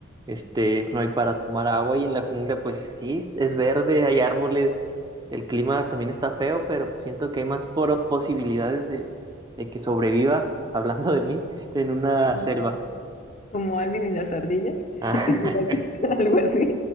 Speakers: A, on the right; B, on the left.
A: este, no hay para tomar agua y en la jungla pues sí, es verde, hay árboles, el clima también está feo, pero pues siento que hay más por- posibilidades de, de que sobreviva, <laughs> hablando de mí, en una
B: Como
A: selva.
B: como Alvin y las ardillas. <laughs>
A: Ah,
B: No sé si las
A: <laughs>
B: has visto, <laughs> algo así.